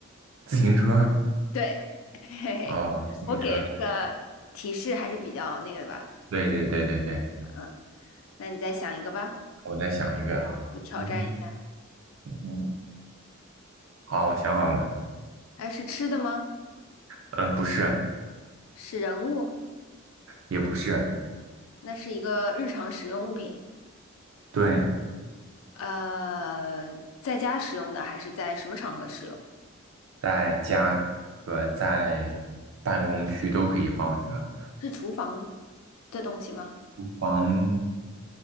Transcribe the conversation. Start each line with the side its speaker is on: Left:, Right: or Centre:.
Right: 自行车
Left: 对，<laughs> 嘿嘿，
Right: 哦，自行车，
Left: 我给这个提示还是比较那个的吧。
Right: 对对对对对，
Left: 嗯，那你再想一个吧，
Right: 我在想一个，
Left: 我挑战一下。
Right: 嗯嗯，哦，想好了，
Left: 哎，是吃的吗？
Right: 嗯，不是，
Left: 是人物？
Right: 也不是，
Left: 那是一个日常使用物品。
Right: 对，
Left: 呃，在家使用的还是在什么场合使用？
Right: 在家和在办公区都可以放一个，
Left: 是厨房的东西吗？
Right: 房